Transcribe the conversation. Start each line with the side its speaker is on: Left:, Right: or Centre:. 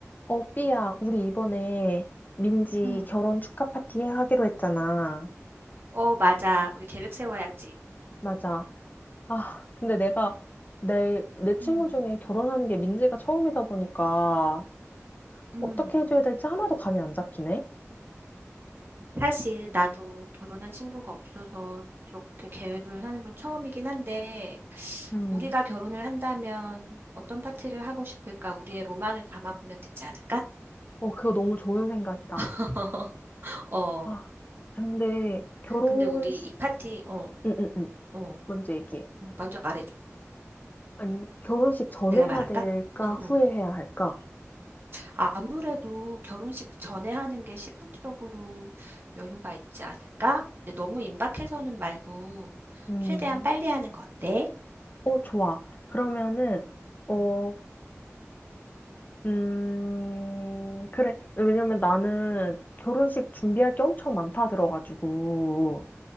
Left: 어, 삐야, 우리 이번에 민지
Right: 응
Left: 결혼 축하 파티 하기로 했잖아.
Right: 어, 맞아. 우리 계획 세워야지.
Left: 맞아. 아, 근데 내가 내, 내 친구
Right: 음,
Left: 중에 결혼하는 게 민지가 처음이다 보니까
Right: 음,
Left: 어떻게 해줘야 될지 하나도 감이 안 잡히네.
Right: 사실 나도 결혼한 친구가 없어서 이렇게 계획을 하는 건 처음이긴 한데
Left: 음,
Right: 우리가 결혼을 한다면 어떤 파티를 하고 싶을까? 우리의 로망을 담아보면 되지 않을까?
Left: 어, 그거 너무 좋은 생각이다.
Right: <laughs> 어,
Left: 아, 근데 결혼,
Right: 근데 우리 이 파티, 어,
Left: 응, 응, 응.
Right: 어,
Left: 먼저 얘기해.
Right: 응, 먼저 말해줘.
Left: 아니, 결혼식 전에
Right: 내가
Left: 해야
Right: 말할까?
Left: 될까,
Right: 응,
Left: 후에
Right: 응.
Left: 해야 할까?
Right: 아무래도 결혼식 전에 하는 게 시간적으로 여유가 있지 않을까? 근데 너무 임박해서는 말고
Left: 음,
Right: 최대한 빨리 하는 거 어때?
Left: 어, 좋아. 그러면은, 어,
Right: 음.
Left: 음, 그래. 왜냐면 나는 결혼식 준비할 게 엄청 많다 들어가지고,